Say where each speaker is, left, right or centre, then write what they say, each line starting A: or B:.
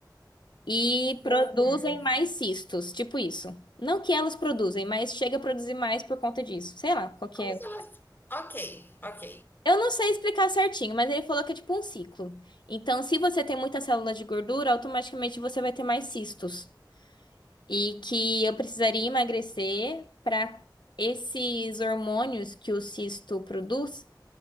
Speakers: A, on the left; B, on the left.
A: e produzem
B: uhum.
A: mais cistos, tipo isso. Não que elas produzem, mas chega a produzir mais por conta disso. Sei lá, qual que
B: Como
A: é.
B: se elas. Ok, ok.
A: Eu não sei explicar certinho, mas ele falou que é tipo um ciclo. Então, se você tem muita célula de gordura, automaticamente você vai ter mais cistos. E que eu precisaria emagrecer para esses hormônios que o cisto produz